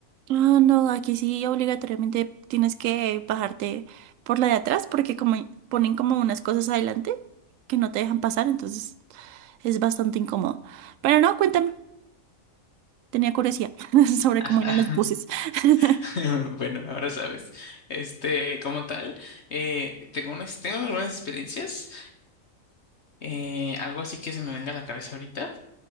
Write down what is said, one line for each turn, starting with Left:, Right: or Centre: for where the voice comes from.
Right: Ah, no, aquí sí obligatoriamente tienes que bajarte por la de atrás porque como ponen como unas cosas adelante que no te dejan pasar, entonces es bastante incómodo. Pero no, cuéntame, tenía curiosidad <laughs> sobre
Left: <laughs>
Right: cómo eran los buses. <laughs>
Left: <laughs> Bueno, ahora sabes. Este, como tal, eh, tengo unas, tengo algunas experiencias, eh, algo así que se me venga a la cabeza ahorita.